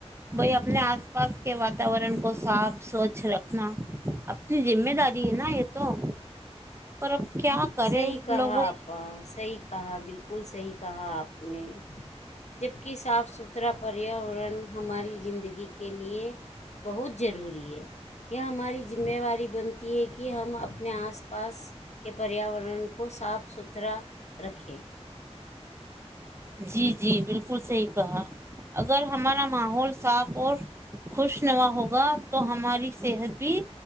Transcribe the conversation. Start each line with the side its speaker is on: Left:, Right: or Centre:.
Right: بھائی اپنے آس پاس کے واتاورن کو صاف سوچھ رکھنا اپنی ذمہ داری ہے نا یہ تو پر کیا کرے
Left: صحیح کہا
Right: لوگوں
Left: آپا صحیح کہا بالکل بالکل صحیح کہا آپ نے ج <unintelligible> کہ صاف ستھرا پریاورن ہماری زندگی کے لیے بہت ضروری ہے یہ ہماری ذمہواری بنتی ہے کہ ہم اپنے آس پاس کے پریاورن ان ان کو صاف ستھرا رکھے
Right: جی جی بالکل صحیح کہا اگر ہمارا ماحول صاف اور خوشنوا ہوگا تو ہماری صحت بھی